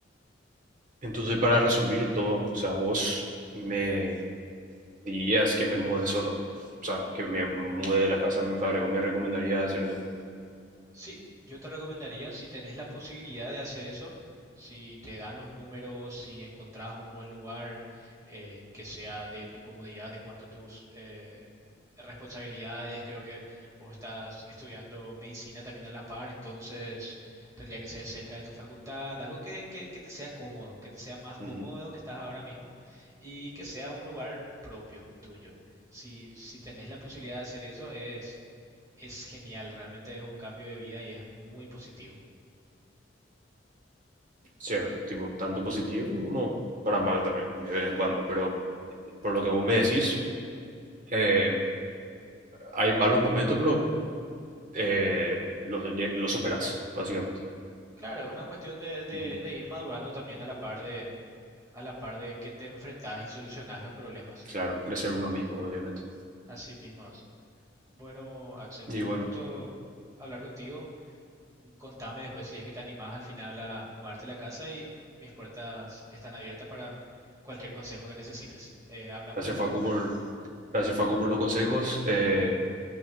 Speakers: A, on the right; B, on the right.
A: Entonces, para resumir todo, o sea, vos me dirías que me mude solo, o sea, que me mude de la casa de mi padre, o me recomendarías hacer eso.
B: Sí, yo te recomendaría, si tenés la posibilidad de hacer eso, si te dan los números, si encontrás un buen lugar eh, que sea de tu comodidad en cuanto a tus eh, responsabilidades, creo que vos estás estudiando medicina también a la par, entonces tendría que ser cerca de tu facultad, algo que, que, que te sea cómodo, que te sea más cómodo
A: Ujú,
B: de donde estás ahora mismo y que sea un lugar propio tuyo. Si, si tenés la posibilidad de hacer eso, es es genial, realmente es un cambio de vida y es muy positivo.
A: Cierto, tipo, tanto positivo como para mal también, de vez en cuando, pero eh, por lo que vos me decís, eh, hay malos momentos, pero eh, los, los superás, básicamente.
B: Claro, es una cuestión de, de-
A: Ujú.
B: de ir madurando también a la par de, a la par de que te enfrentas y solucionas los problemas.
A: Claro, crecer uno mismo, obviamente.
B: Así mismo es. Bueno, Axel,
A: Y
B: un
A: bueno,
B: gusto hablar contigo. Contame después si es que te animás al final a mudarte a la casa y mis puertas están abiertas para cualquier consejo que necesites. Eh, hablamos
A: gracias
B: en
A: Facu
B: otro momento.
A: por, gracias Facu por los consejos. Eh,